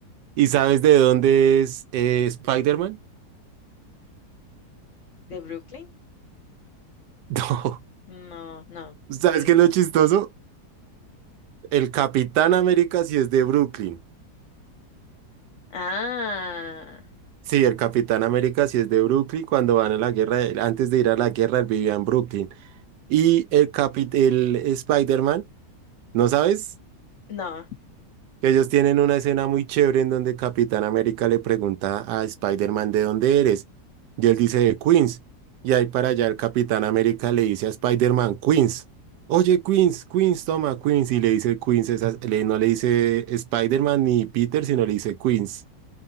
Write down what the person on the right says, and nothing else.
¿Y sabes de dónde es eh, Spider-Man? <laughs>
No.
¿Sabes
qué es lo chistoso? El Capitán América sí es de Brooklyn.
Sí, el Capitán América sí es de Brooklyn. Cuando van a la guerra, él- antes de ir a la guerra, él vivía en Brooklyn. Y el, capi- el Spider-Man, ¿no sabes?
que ellos tienen una escena muy chévere en donde Capitán América le pregunta a Spider-Man de dónde eres. Y él dice de Queens. Y ahí para allá el Capitán América le dice a Spider-Man, Queens. Oye, Queens, Queens, toma, Queens. Y le dice Queens, esa- le- no le dice Spider-Man ni Peter, sino le dice Queens.